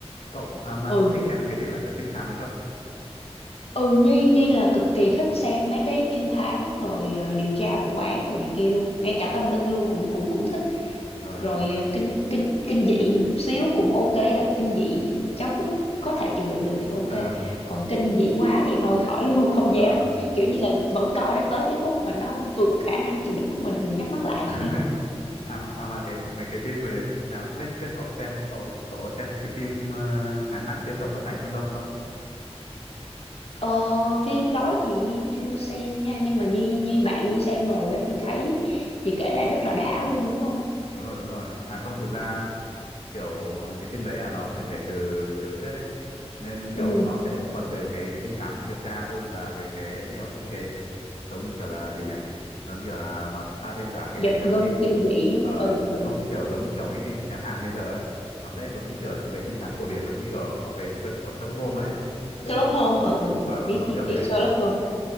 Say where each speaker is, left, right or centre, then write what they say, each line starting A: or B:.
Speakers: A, on the left; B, on the left.
A: Cậu à, mà
B: ừ
A: cậu thích xem một cái thể loại kiểu trinh thám đấy không?
B: ừ Nhi Nhi là cực kỳ thích xem mấy cái trinh thám rồi ờ, điều tra vụ án đồ này kia luôn ngay cả tâm linh luôn cũng cũng cũng thích
A: Ờ,
B: rồi
A: đúng rồi.
B: ờ, kinh kinh kinh dị một xíu cũng ok là kinh dị trong mức có thể chịu đựng được thì ok
A: Ờ,
B: còn kinh dị quá thì thôi khỏi luôn <laughs> không
A: ờ.
B: dám kiểu như là vẫn coi đã tới cái khúc mà nó vượt khả năng chịu đựng của mình thì mình nhắm mắt lại
A: <laughs> À, mà- à mà cái mấy cái phim về trinh thám ấy, không biết trước cậu xem cậu cậu xem cái phim ờ, Án mạng trên tàu tốc hành phương Đông không?
B: <laughs> ờ, phim đó thì Nhi chưa xem nha nhưng mà Nhi Nhi bạn Nhi xem rồi á thì thấy thì kể lại rất là đã luôn đúng không
A: đúng rồi đúng rồi à không thực ra kiểu cái phim đấy là nó chuyển thể từ tiểu thuyết ấy nên
B: ừ
A: kiểu nó sẽ thuần về cái trinh thám điều tra hơn là về cái nhiều những cái giống như kiểu là gì nhỉ giống như kiểu là nó pha thêm cả cái
B: giật
A: hành động
B: gân
A: như kiểu,
B: kinh dị đúng
A: ờ,
B: không? ừ ừ
A: không kiểu giống như kiểu một cái phim trinh thám Hàn bây giờ ấy nó sẽ giống như kiểu về trinh thám cổ điển giống như kiểu về sự của Sherlock Holmes ấy cậu biết
B: Sherlock
A: không
B: Holmes ừ ừ
A: ờ nó
B: biết
A: nó
B: biết
A: kiểu
B: biết
A: thế
B: Sherlock Holmes